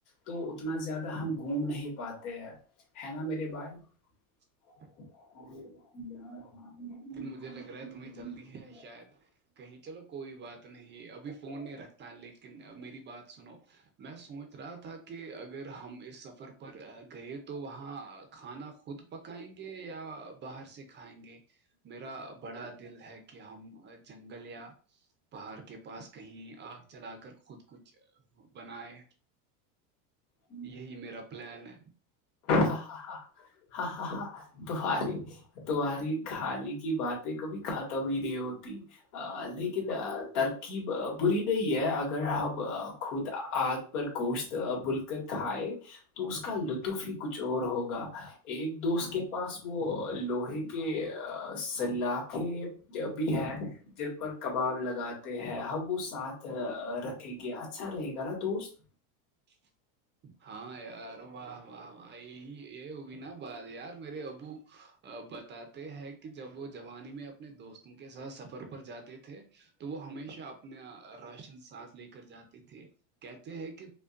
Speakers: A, on the left; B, on the right.
A: تو اتنا زیادہ ہم گھوم نہیں پاتے ہیں ہے نا بائے <unintelligible>
B: ہ <unintelligible>
A: اں <unintelligible>
B: مجھے لگ رہا ہے تمہیں جلدی ہے شاید کہیں چلو کوئی بات نہیں ابھی فون نہیں رکھتا لیکن میری بات سنو میں سوچ رہا تھا کہ اگر ہم اس سفر پر گئے تو وہاں کھانا خود پکائیں گے یا باہر سے کھائیں گے میرا بڑا دل ہے کہ ہم جنگل یا پہاڑ کے پاس کہیں آگ جلا کر خود کچھ بنائے
A: ہ
B: یہی میرا پلان ہے
A: ہ ہاں ہ ہ توہاری تہاری خالی کی باتیں کبھی ختم ہی نہیں ہوتی لیکن ترکیب بری نہیں ہے اگر ہم خود آ پر کووشت ابول <unintelligible> کر کھائے تو اس کا لطف ہی کچھ اور ہوگا ایک دوست کے پاس وہ لوہے کے سلاخے بھی ہے جل پر کباب لگاتے ہیں ہم وہ ساتھ رکھیں گے اچھا رہے گا نا دوست
B: <inaudible> ہاں یار واہ واہ واہ یہی یہ بھی نا بات یار میرے ابو بتاتے ہیں کہ جب وہ جوانی میں اپنے دوستوں کے ساتھ سفر پر جاتے تھے تو وہ ہمیشہ اپنا راشن ساتھ لے کر جاتے تھے کہتے ہیں کہ